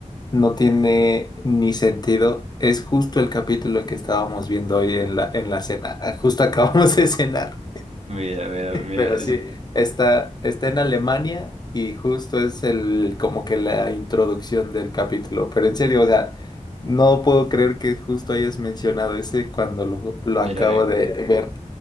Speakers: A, on the left (about 30°); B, on the right (about 55°).
A: no tiene ni sentido. Es justo el capítulo que estábamos viendo hoy en la, en la cena. <laughs> Justo acabamos de cenar.
B: Mira, mira, mira,
A: Pero
B: ese-
A: sí, está, está en Alemania y justo es el como que la introducción del capítulo. Pero en serio, o sea, no puedo creer que justo hayas mencionado ese cuando lo, lo
B: mira
A: acabo de ver.